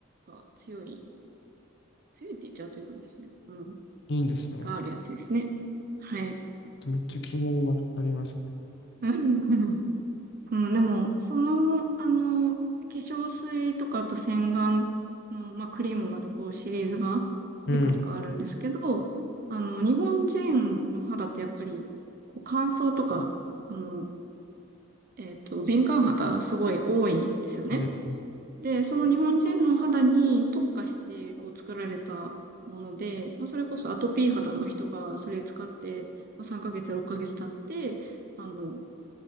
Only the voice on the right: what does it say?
が強い、強いって言っちゃうということですね。うん、
があるやつですね。はい。
うん、うんでも、その、あの、化粧水とか、あと洗顔の、まあ、クリームまでこうシリーズが、
いくつかあるんですけど、あの、日本人の肌ってやっぱり、こう乾燥とか、あの、えっと、敏感肌すごい多いんですよね。
で、その日本人の肌に特化してこう作られたもので、まあ、それこそアトピー肌の人がそれ使って、まあ、3ヶ月、6ヶ月経って、あの、